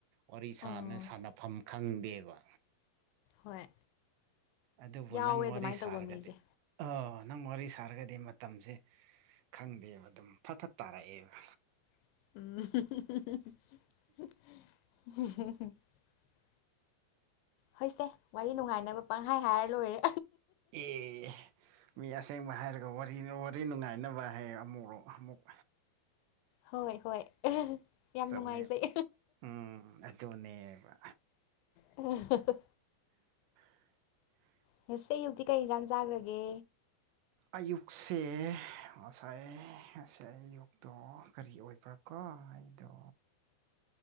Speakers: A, on the right; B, on the left.
A: ꯋꯥꯔꯤꯁꯥꯅ
B: ꯑꯥ
A: ꯁꯥꯅꯐꯝ ꯈꯪꯗꯦꯕ
B: ꯍꯣꯏ
A: ꯑꯗꯨꯕꯨ
B: ꯌꯥꯎꯋꯦ
A: ꯅꯪ
B: ꯑꯗꯨꯃꯥꯏꯅ
A: ꯋꯥꯔꯤ ꯁꯥꯔꯒꯗꯤ
B: ꯇꯧꯕ ꯃꯤꯁꯦ
A: ꯑꯥ ꯅꯪ ꯋꯥꯔꯤ ꯁꯥꯔꯒꯗꯤ ꯃꯇꯝꯁꯦ ꯈꯪꯗꯦꯕ ꯑꯗꯨꯝ ꯐꯠ ꯐꯠ ꯇꯥꯔꯛꯑꯦꯕ
B: <unintelligible> ꯍꯣꯏꯁꯦ ꯋꯥꯔꯤ ꯅꯨꯡꯉꯥꯏꯅꯕ ꯄꯪꯍꯥꯏ ꯍꯥꯏꯔ ꯂꯣꯏꯔꯦ
A: ꯑꯦ ꯃꯤ ꯑꯁꯦꯡꯕ ꯍꯥꯏꯔꯒ ꯋꯥꯔꯤ ꯋꯥꯔꯤ ꯅꯨꯡꯉꯥꯏꯅꯕ ꯍꯌꯦ ꯑꯃꯨꯛꯔꯣ ꯑꯃꯨꯛ
B: ꯍꯣꯏ ꯍꯣꯏ ꯌꯥꯝ
A: ꯆꯨꯝꯃꯦꯕ
B: ꯅꯨꯡꯉꯥꯏꯖꯩ
A: ꯑꯝ ꯑꯗꯨꯅꯦꯕ
B: ꯑꯍꯥꯍꯥ
A: <unintelligible>
B: ꯉꯁꯤ ꯑꯌꯨꯛꯇꯤ ꯀꯩ ꯏꯟꯁꯥꯡ ꯆꯥꯈ꯭ꯔꯒꯦ
A: ꯑꯌꯨꯛꯁꯦ ꯉꯁꯥꯏ ꯉꯁꯥꯏ ꯑꯌꯨꯛꯇꯣ ꯀꯔꯤ ꯑꯣꯏꯕ꯭ꯔꯥ ꯀꯎ ꯑꯩꯥꯏꯗꯣ